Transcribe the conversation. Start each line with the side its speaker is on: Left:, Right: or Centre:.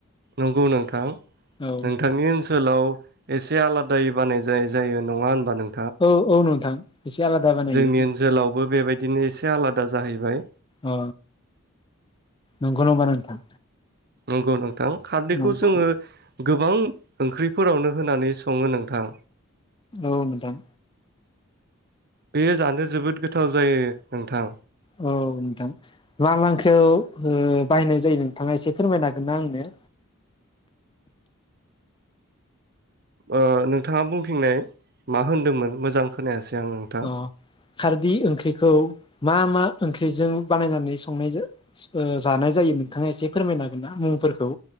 Right: नंगौ नोंथां
Left: औ
Right: नोंथांनि ओनसोलाव एसे आलादायै बानाय जा जायो नङा होनबा नों
Left: औ औ नोंथां। एसे आलादा बानायो
Right: जोंनि ओनसोलावबो बेबायदिनो एसे आलादा जाहैबाय।
Left: अ नंगौ नङबा नोंथां
Right: नंगौ नंगौ। दा खारदैखौ
Left: औ
Right: जोङो गोबां ओंख्रिफोरावनो होनानै स सङो नोंथां
Left: औ मोजां
Right: बे जानो जोबोद गोथाव जायो। नोंथां
Left: औ नोंथां मा मा ओंख्रियाव बाहायनाय जायो नोंथाङा एसे फोरमायनो हागोन ना आंनो?
Right: ओ नोंथाङा बुंफिंनाय मा होनदोंमोन मोजां खोनायासै। आं नोंथां
Left: अ खारदै ओंख्रिखौ मा मा ओंख्रिजों बानायनानै संनाय जानाय जायो नोंथाङा एसे फोरमायनो हागोन ना मुंफोरखौ?